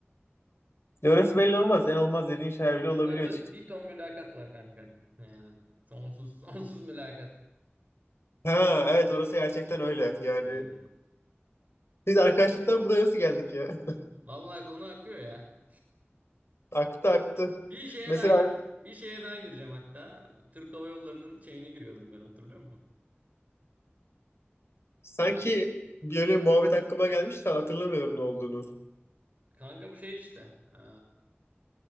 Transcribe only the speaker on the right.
Bunlarda
bir ton mülakat var kanka. Yani sonsuz <laughs> sonsuz mülakat.
Aynen.
Vallahi konu akıyor ya.
Bir şeye
daha gir, bir şeye daha gireceğim hatta. Türk Hava Yolları'nın şeyine giriyordum ben hatırlıyor musun?
Kanka bu şey işte. Eee